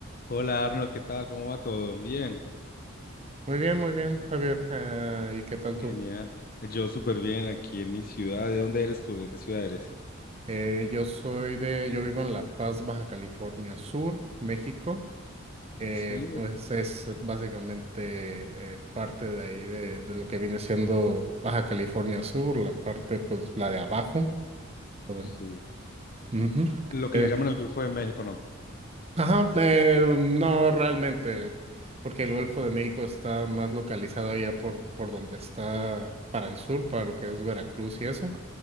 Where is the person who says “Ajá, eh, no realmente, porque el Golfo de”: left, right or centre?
Right